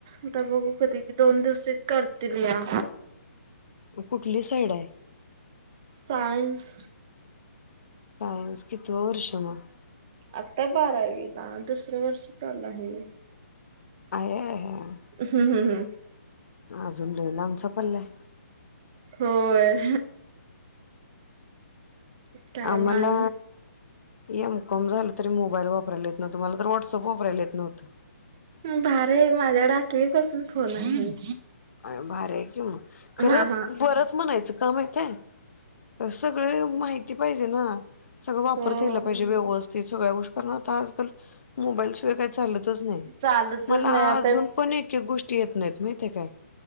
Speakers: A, on the right; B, on the left.
A: आता बघू कधी दोन दिवस करतील या
B: म कुठली साईड आहे.
A: सायन्स.
B: सायन्स, कितव वर्ष मग?
A: आता बारावीला, दुसर वर्ष चालू आहे.
B: आया आया.
A: हम् हम हम
B: अजून लय लामचा पल्लाय.
A: होय. काय
B: आम्हाला
A: मग आणि
B: एम कॉम झालं तरी मोबाईल वापरायला येत नव्हतं, मला तर व्हॉट्सअप वापरायला येत नव्हतं.
A: भारी माझ्याकड आठवीपासून फोन आहे.
B: अय्या भारी आहे कि म, खरं
A: हा हा.
B: बरच म्हणायचं का माहितय सगळे माहिती पाहिजे ना. सगळं वापरता
A: हो
B: या पाहिजे व्यवस्थित सगळ्या गोष्टी कारण आता आजकाल मोबाईल शिवाय काय चालत च नाही.
A: चालतच
B: मला
A: नाही आता
B: अजून पण इ गोष्टी येत नाहीत माहितीेय काय